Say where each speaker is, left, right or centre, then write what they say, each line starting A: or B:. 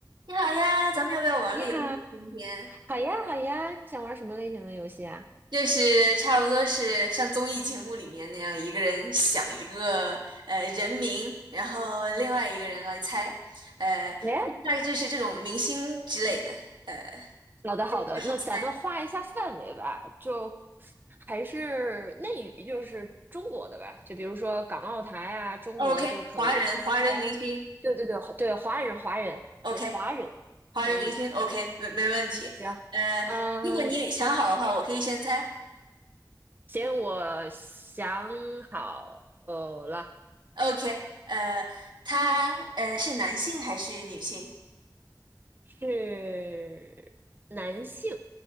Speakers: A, on the right; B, on the right.
A: 你好呀，咱们要不要玩个游戏？
B: 你好，
A: 今天
B: 好呀，好呀，你想玩什么类型的游戏啊？
A: 就是差不多是像综艺节目里面那样，一个人想一个呃人名，然后另外一个人来猜，呃，
B: 喂，
A: 大概就是这种明星之类的，呃，
B: 好的，好的，
A: 这个比较好猜。
B: 那咱们画一下范围吧，就还是内娱，就是中国的吧，就比如说港澳台啊，中国都可以，
A: OK，华人，华人明星
B: 不然，对对对对，华人华人，
A: ，OK，
B: 对华人
A: 华人明星，OK，
B: 可以，
A: 没没问题。
B: 行，
A: 呃，
B: 嗯，
A: 如果你想好的话，我可以先猜。
B: 行，我想好了，
A: OK，呃，他呃是男性还是女性？
B: 是男性，